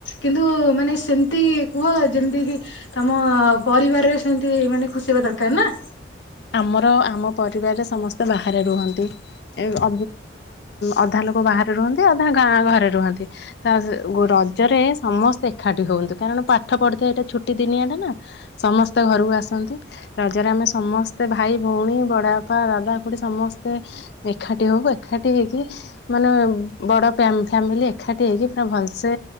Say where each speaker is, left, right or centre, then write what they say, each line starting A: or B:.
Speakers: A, on the left (about 85°); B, on the left (about 60°).
A: କିନ୍ତୁ ମାନେ ସେମ୍ତି କୁହ ଯେମିତିକି ତମ ପରିବାରରେ ସେମତି ମାନେ ଖୁସି ହେବା ଦରକାର ନା
B: ଆମର ଆମ ପରିବାରରେ ସମସ୍ତେ ବାହାରେ ରୁହନ୍ତି। <unintelligible> ଅଧା ଲୋକ ବାହାରେ ରୁହନ୍ତି ଅଧା ଗାଁ ଘରେ ରୁହନ୍ତି। <unintelligible> ରଜରେ ସମସ୍ତେ ଏକାଠି ହୁଅନ୍ତି କାରଣ ପାଠ ପଢୁଥାଏ ଏଇଟା ଛୁଟି ଦିନିଆଟା ନା। ସମସ୍ତେ ଘରକୁ ଆସନ୍ତି ରଜରେ ଆମେ ସମସ୍ ଭାଇ ଭଉଣୀ ବଡ ବାପା ଦାଦା ଖୁଡ଼ି ସମସ୍ତେ ଏଖାଟି ହୋଉ ଏଖାଟି ହେଇକି ମାନେ ବଡ଼ ପ୍ୟାମ୍ ଫ୍ୟାମିଲି ଏଖାଟି ହେଇକି ପୁରା ଭଲସେ